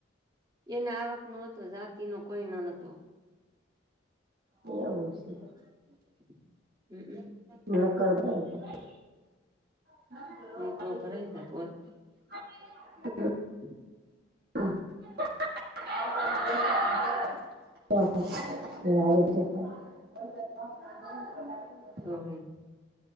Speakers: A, on the right; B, on the right.
A: એને આવક ન હતો જાતિનો કોઈ ન નતો.
B: એવું છે.
A: <unintelligible>
B: નકર બરાય છે. <unintelligible>
A: હમ તો ભરાઈ જતો હોત <inaudible>
B: <unintelligible> <unintelligible> <unintelligible>
A: હ હમ